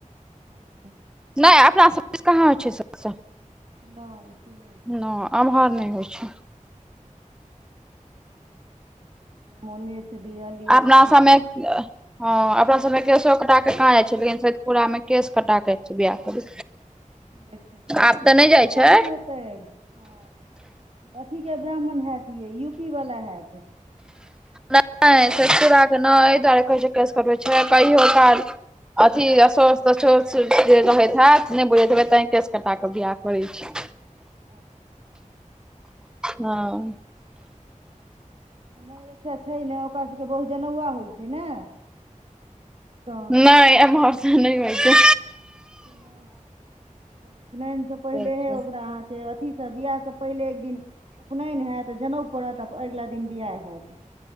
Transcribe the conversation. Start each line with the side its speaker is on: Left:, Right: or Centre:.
Right: हँ
Centre: नै अपना सब दिस कहाँ होइ छै, इ सब
Right: नहि से नहि
Centre: नै। आम्हर नहि होइ छै।
Right: मोनेस दीयल।
Centre: अपना सबमें ह अपना सबमे केशो कटा के कहाँ जाइ छै, लेकिन सोइतपुरा में केश कटा केे जाय छै बियाह करै।
Right: देखियौ
Centre: आब तऽ नहि जाइ
Right: ओ
Centre: छै
Right: अथी हेतै हँ। अथीके ब्राह्मण हैत ये यूपी वाला हैत।
Centre: नय चुड़ाके नय एहि दुआरे कहे छो केस कऽ छै कहियो काल। अथी अशोच तसोच जे रहैत हैत नय बुझैत हेबै ते केस कटा के बियाह करै छी
Right: अच्छा
Centre: हँ
Right: नहि एकटा छै ने ओकरा सभके बहु जनौआ होइ छै ने। तऽ
Centre: नहि ऐमहरसँ नहि होइ छै।
Right: ना उपनयनायसँ पहिले
Centre: अच्छा
Right: हे ओकरा अहाँके अथीसँ बियाह। सभसँ पहिले एक दिन उपनयन हैत जनउ पड़त आ अगिला दिन बियाह हैत।